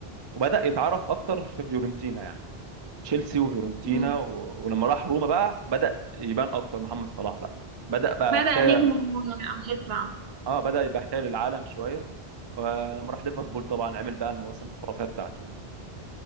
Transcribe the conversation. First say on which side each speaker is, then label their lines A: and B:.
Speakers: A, on the right (about 35°); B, on the right (about 75°).
A: وبدا يتعرف اكتر في فيورنتينا يعني تشيلسي وفيورنتينا
B: امم
A: و... ولما راح روما بقى بدا يبان اكتر محمد صلاح بقى بدا بقى
B: بدأ
A: حكايه
B: نجم هيطلع
A: اه بدا يبقى حكايه للعالم شويه ولما راح ليفربول طبعا عمل بقى المواسم الخرافيه بتاعته يعني.